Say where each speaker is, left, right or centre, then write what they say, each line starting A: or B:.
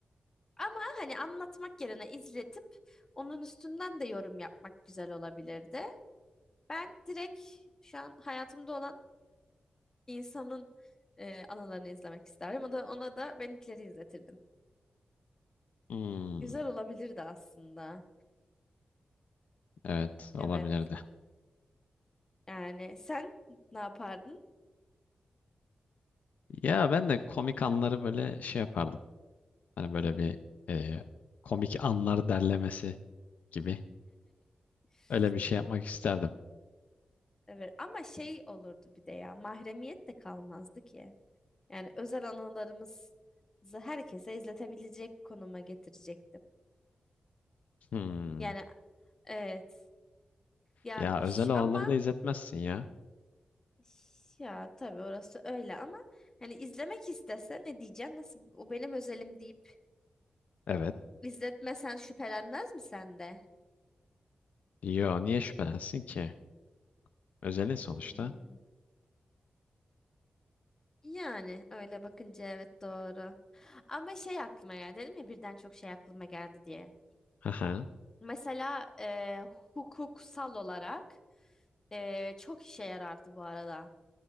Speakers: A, on the left; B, on the left.
A: Ama hani anlatmak yerine izletip onun üstünden de yorum yapmak güzel olabilirdi. Ben direkt şu an hayatımda olan insanın e, anılarını izlemek isterdim. O da ona da benimkileri izletirdim.
B: Hmm,
A: Güzel olabilirdi aslında.
B: evet olabilirdi.
A: Evet. Yani sen ne yapardın?
B: Ya ben de komik anları böyle şey yapardım. Hani böyle bir e, komik anlar derlemesi gibi.
A: <laughs>
B: Öyle bir şey yapmak isterdim.
A: Evet ama şey olurdu bir de ya mahremiyet de kalmazdı ki. Yani özel anılarımızı herkese izletebilecek konuma getirecektim.
B: Hmm.
A: Yani evet ya
B: Ya özel
A: ş-
B: olanları
A: ama
B: da izletmezsin ya.
A: ş- ya tabii orası öyle ama hani izlemek istese ne diyeceksin? Nasıl o benim özelim deyip
B: Evet.
A: izletmesen şüphelenmez mi sen de?
B: Yo niye şüphelensin ki? Özelin sonuçta.
A: Hmm. Yani öyle bakınca evet doğru. Ama şey aklıma geldi dedim ya birden çok şey aklıma geldi diye.
B: Haha.
A: Mesela e, hukuksal olarak e, çok işe yarardı bu arada.